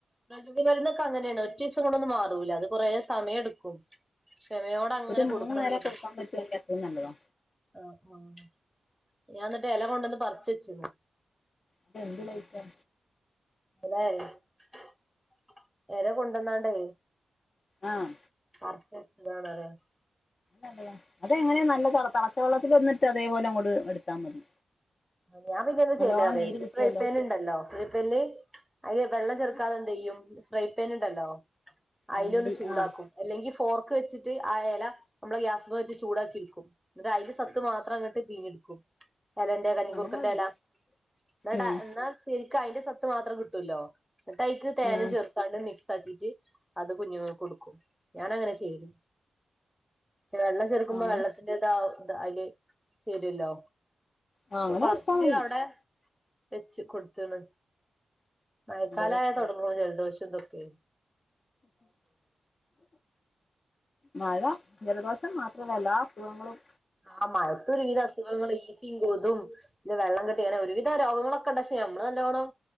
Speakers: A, in the centre; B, on the left (about 45°).
A: പ്രകൃതിമരുന്നൊക്കെ അങ്ങനെയാണ് ഒറ്റ ദിവസം കൊണ്ടൊന്നും മാറൂല്ല അത് കുറേ സമയംടുക്കും ക്ഷമയോടങ്ങനെ
B: ഒരു മൂന്ന്
A: കൊടുക്കണ്ടിരും
B: നേരം കൊടുക്കാൻ പറ്റുവാണെങ്കിൽ അത്രയും നല്ലതാ
A: ആഹ് ആഹ് ഞാനിന്നട്ട് എല കൊണ്ടന്ന് പറച്ചെച്ചിണ്
B: ഇത് എന്ത് ലീഫാ
A: <unintelligible> എല കൊണ്ടന്നാണ്ടെ
B: ആഹ്
A: <unintelligible>
B: അതേയോ അതങ്ങനെയ നല്ല നല്ല തളച്ച വെള്ളത്തിൽ ഒന്നിട്ട് അതേപോലെ അങ്ങോട് എടുത്താ മതി
A: ഞാൻ പിന്നെ എന്ത
B: നല്ലോണം
A: ചെയ്യല്റിയോ
B: നീര്
A: ക്ക്
B: കിട്ടുവല്ലോ
A: ഫ്രൈപാനുണ്ടല്ലോ ഫ്രൈപാനില് അതില് വെള്ളം ചെർക്കാതെ
B: ആഹ്
A: എന്തയ്യും ഫ്രൈപാൻ ഉണ്ടല്ലോ അതില
B: രണ്ട്
A: ഒന്ന് ചൂടാക്കും
B: ആഹ്
A: അല്ലെങ്കി ഫോർക്ക് വെച്ചിട്ട് ആ എല നമ്മളെ ഗ്യാസ് വെച്ച് ചൂടാക്കി എടുക്കും ന്ട്ട് അതിലെ സത്ത് മാത്രം ങ്ങട്ട് പീഞ്ഞ് എടുക്കും എലന്റെ ക്കൂർകന്റല
B: അങ്ങനെ മതി
A: എന്നട
B: ഉം
A: എന്നാശരിക്ക അതിന്റെ സത്ത് മാത്രം കിട്ടോല്ലോ ന്നട്ടയ്ക്ക് തേനും
B: ആഹ്
A: ചെർക്കും മിക്സ് ആക്കിട്ട് അത് കുഞ്ഞു ങ്ങക്കൊടുക്കും ഞാൻ അങ്ങനെ ചെയ്യല് ന്നെ വെള്ളം ചെർക്കുമ്പോ
B: അങ്ങ്
A: വെള്ളത്തിന്റെ താ അതില് ചേരുല്ലോ
B: ആഹ്
A: അപ്പ
B: അങ്ങനെ
A: പർച്ച്
B: കൊടുത്താ മതി
A: അവിടെ വെച്ച് കൊടുത്ണ് മയക്കാലായ
B: അതെ
A: തോടങ്ങൂലേ ജലദോഷംതൊക്കെ
B: മഴ ജലദോഷം മാത്ര പ്പം എല്ലാസുഖങ്ങളും
A: ആ മഴത്ത് ഒരുവിധ അസുഖങ്ങള് കൊതും പിന്നെ വെള്ളകെട്ടി അങ്ങനെ ഒരുവിധരോഗങ്ങളൊക്കെ ണ്ടങ്ങനെ പക്ഷേ ഞമ്മള്ല്ലോണം